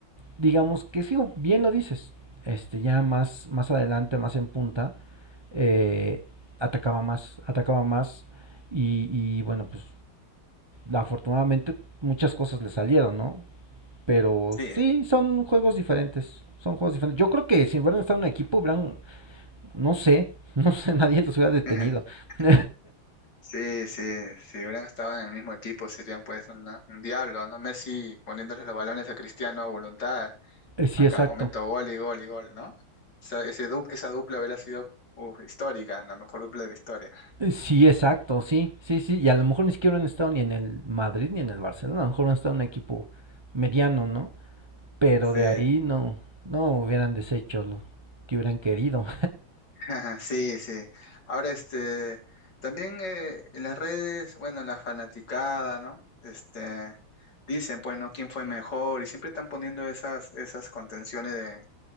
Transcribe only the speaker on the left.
Sí,
<laughs>
sí, sí. Si hubieran estado en el mismo equipo, serían pues una- un diablo, ¿no? Messi poniéndole los balones a Cristiano a voluntad.
A
cada momento gol y gol y gol, ¿no? Esa, ese du- esa dupla hubiera sido uf, histórica, la mejor dupla de la historia.
Sí,
<laughs> sí, sí. Ahora, este, también eh, en las redes, bueno, la fanaticada, ¿no? Este, dicen, pues, ¿no? ¿Quién fue mejor? Y siempre están poniendo esas, esas contenciones de